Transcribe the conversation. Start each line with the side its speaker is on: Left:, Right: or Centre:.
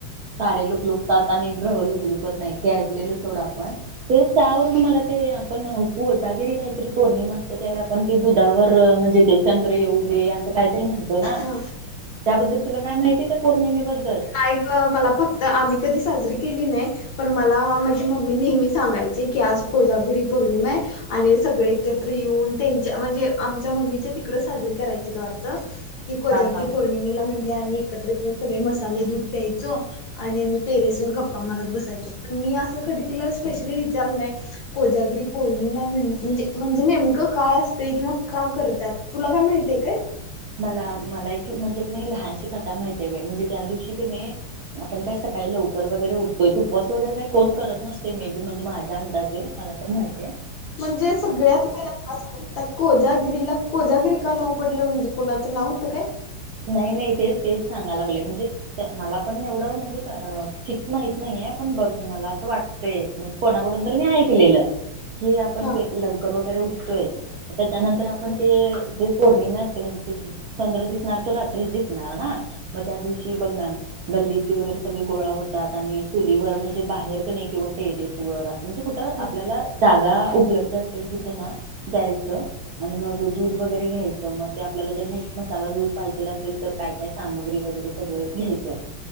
Right: तारे लुकलुकता आणि लुकलुकत नाही ते ऐकलेलं सोड आपण तेच त्यावरून म ते आपण गोदागिरी काहीतरी पौर्णिमा असते त्यावेळी आपण दुधावर म्हणजे चंद्र येऊ दे असं काय म्हणतो ना
Left: हा.
Right: त्याबद्दल तुला काय माहिती त्या पौर्णिमेबद्दल
Left: नाही गं मला फक्त आम्ही कधी साजरी केली नाही पण मला माझी मम्मी नेहमी सांगायची तेच कि आज कोजागरी पौर्णिमा आहे आणि सगळे एकत्र येऊन त्यांच्या म्हणजे आमच्या मम्मीच्या तिकडं साजरी करायचे वाटतं कि कोजागिरी
Right: हा हा
Left: पौर्णिमेला म्हणजे आम्ही एकत्र येऊन सगळे मसाले दूध प्यायचो आणि मी टेरेस वर गप्पा मारत बस बसायचो पण मी‌असं कधी तिला स्पेशली विचारले नाही कोजागिरी पौर्णिमा म्हणजे म्हणजे नेमकं काय असतंय किंवा का करतात तुला काय माहितीय काय
Right: मला मला एक म्हणजे नाही लहानशी कथा माहिती आहे बाई म्हणजे त्या दिवशी की नाही आपण काय सकाळी लवकर वगैरे उठ तोय उपवास वगैरे काही कोण करत नसते मे बी म्हणजे माझ्या अंदाजे मला तर माहिती आहे
Left: म्हणजे सगळ्यात पहिला मला सांग त्यात कोजा गिरीला कोजागिरी का नाव पडलं म्हणजे कुणाचं नाव होतं काय
Right: नाही नाही तेच तेच सांगाय लागले म्हणजे मला पण एवढं म्हणजे फिक्स माहित नाही पण बघ मला असं वाटतंय म्हणजे कोणाकडून तरी मी ऐकलेलं हे आपण
Left: हा
Right: लवकर सूर्योदय त्याच्यानंतर आपण
Left: हम्म
Right: ते ज पौर्णिमे असते म्हणजे चंद्र दिसणार तो रात्रीच दिवसणार ना मग त्या दिवशी बघ ना गल्लीतली वगैरे सगळे गोळा होतात आणि चुलीवर म्हणजे बाहेर क नाही किंवा टेरेस वर असं म्हणजे कुठं
Left: हम्म
Right: आपल्याला जागा उपलब्ध असेल तिथ ना जायचं आणि मग दूध वगैरे घ्यायचं मग ते आप जर मसाला दूध पाहिजेला असेल तर काय काय सामग्री वगैरे सगळं घ्यायचं.